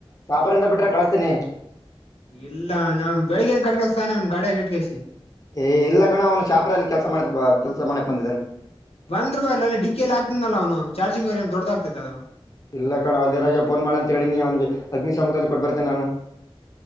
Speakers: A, on the left (about 35°); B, on the left (about 80°).
A: ಶಾಪುರಿಂದ ಬಿಟ್ರೆ ಕಳಸ್ತೀನಿ
B: ಇಲ್ಲ ನಾ ಬೆಳಿಗ್ ಏನ್ ಕಟ್ ಕಳತಾನೆ ಒ ಗಾಡಿಯ ಕೈ
A: ಏ ಇಲ್ಲ ಕಣ ಅವನು ಶಾಪರಲ್ಲಿ ಕೆಲ್ಸ ಮಾಡಕ್ ಕೆಲ್ಸ ಮಾಡಕ್ ಬಂದಿದ್ದಾನ
B: ಬಂದ್ೂಪಾಯಿ ಇಲ್ಲ ಅ ಡಿಕ್ಕ ಎಲ್ಲಿ ಆಗ್ತಿದನಲ್ಲ ಅವನು ಚಾರ್ಜಿಂಗ್ ವರಿಯನ್ ದೊಡಾಗ ಆತದ ಅದು
A: ಇಲ್ಲ ಕಣ ಅವ ಜರಾಗ ಫೋನ್ ಮಾಡ ಅಂತ ಹೇಳನಿ ಅವನ್ಿಗೆ ಅಗ್ನಿಿಸುದ್ರದಲ್ಲಿ ಕೊಟ್ಟು ಬರ್ತೆೇನೆ ನಾನು